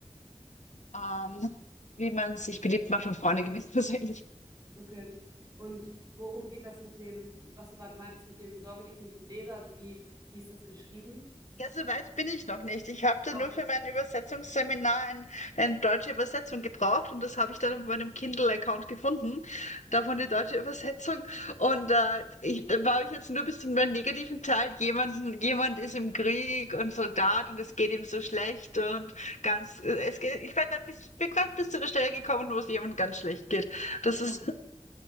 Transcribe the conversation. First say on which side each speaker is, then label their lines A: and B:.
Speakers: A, on the left; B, on the right.
A: Ähm, wie man sich beliebt macht und Freunde gewinnt, <laughs> persönlich
B: Okay. Und worum geht das mit dem, was du gerade meintest, mit dem Sorge dich nicht und lebe? Also wie, wie ist das geschrieben?
A: Ja, so weit bin ich noch nicht. Ich habe da
B: Ah,
A: nur für mein Übersetzungsseminar ein, eine deutsche Übersetzung gebraucht und das habe ich dann auf meinem Kindle-Account gefunden, davon die deutsche Übersetzung. Und äh, ich, da war ich jetzt nur bis zum negativen Teil. Jemanden, jemand ist im Krieg und Soldat und es geht ihm so schlecht und ganz, es geht, ich war grad bis, bin gerade bis zu der Stelle gekommen, wo es jemandem ganz schlecht geht. Das ist,
B: okay.